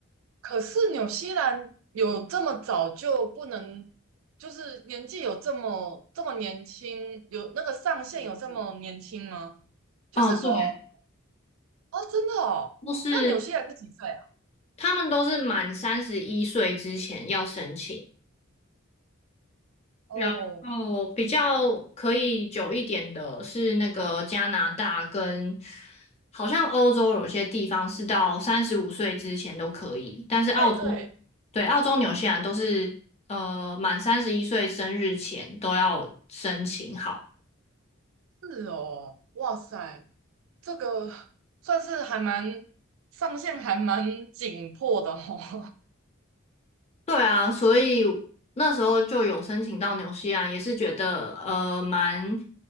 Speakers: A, on the right; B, on the left.
A: 可是纽西兰有这么早就不能，就是年纪有这么这么年轻，有那个上限有这么年轻吗？就是说，
B: 哦对，
A: 哦，真的哦，
B: 都是
A: 那纽西兰是几岁啊？
B: 他们都是满三十一岁之前要申请，
A: 哦，
B: 然后比较可以久一点的是那个加拿大跟，好像欧洲有些地方是到三十五岁之前都可以，但是澳洲，
A: 对对。
B: 对，澳洲、纽西兰都是呃满三十一岁生日前都要申请好。
A: 是哦，哇塞，这个算是还蛮上限还蛮紧迫的哦。
B: 对啊，所以那时候就有申请到纽西兰，也是觉得呃蛮